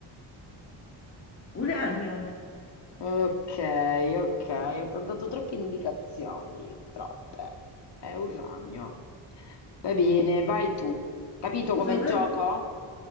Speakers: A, on the left; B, on the left.
A: Un ragno.
B: Ok, ok, ti ho dato troppe indicazioni, troppe. È un ragno. Va bene, vai tu. Capito
A: Scusa,
B: com'è
A: un
B: il
A: ragno.
B: gioco?